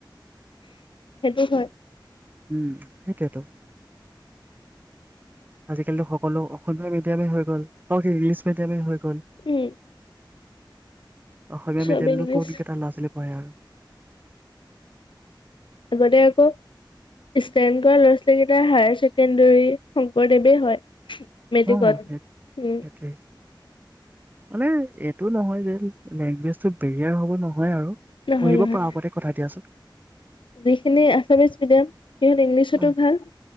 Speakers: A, on the left; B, on the right.
A: সেইটো হয়।
B: উম সেইটোৱেতো। <inaudible> আজিকালিতো সকলো অসমীয়া মিডিয়ামেই হৈ গ'ল ইংলিছ মিডিয়ামেই হৈ গ'ল।
A: উম
B: অসমীয়া
A: চব
B: মিডিয়ামতটো
A: ইংলিছ
B: ক'ত এটা ল'ৰা ছোৱালী পঢ়ে আৰু।
A: আগতে আকৌ। ষ্টেণ্ড কৰা ল'ৰা ছোৱালীকেইটাৰ হায়াৰ ছেকেণ্ডৰী শংকৰদেৱে হয়। মেট্ৰিকত
B: অ সেই
A: উম।
B: সেইটোৱে মানে এইটো নহয় যে লেংগুৱেজ টো বেৰিয়াৰ হ'ব নহয় আৰু।
A: নহয়
B: পঢ়িব
A: নহয়
B: পাৰা আগতে কথা দিয়াচোন।
A: যিখিনি আছামিছ মিডিয়াম সেইহত ইংলিছতো
B: অ
A: ভাল